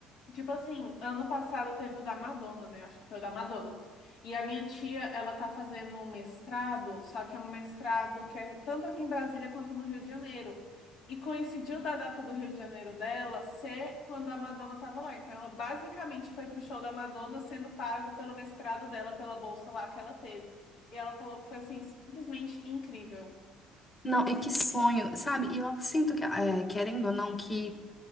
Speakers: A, on the left (about 65°); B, on the left (about 15°).
A: Tipo assim, ano passado teve o da Madonna, né? Acho que foi o da Madonna. E a minha tia, ela tá fazendo um mestrado, só que é um mestrado que é tanto aqui em Brasília quanto no Rio de Janeiro. E coincidiu da data do Rio de Janeiro dela ser quando a Madonna tava lá. Então ela basicamente foi pro show da Madonna sendo pago pelo mestrado dela, pela bolsa lá que ela teve. E ela falou que foi assim, simplesmente incrível.
B: Não, e que sonho, sabe? E eu sinto que, é, querendo ou não, que